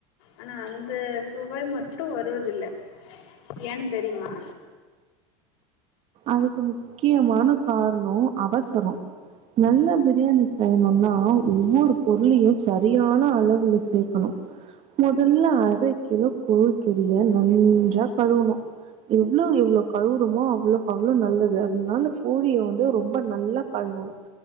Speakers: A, on the left (about 65°); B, on the right (about 40°).
A: ஆனா அந்த சுவை மட்டும் வருவதில்ல ஏன்னு தெரியுமா
B: அதுக்கு முக்கியமான காரணம் அவசரம் நல்ல பிரியாணி செய்யணும்னா ஒவ்வொரு பொருளையும் சரியான அளவுல சேர்க்கணும் முதல்ல அரை கிலோ கொழிக்கறிய நன்றா கழுவுணும் எவ்ளோ எவ்ளோ கழுவுறமோ அவ்ளோக்கோ அவ்ளோ அளவு நல்லது அதனால கோழிய வந்து ரொம்ப நல்லா கழுவணும்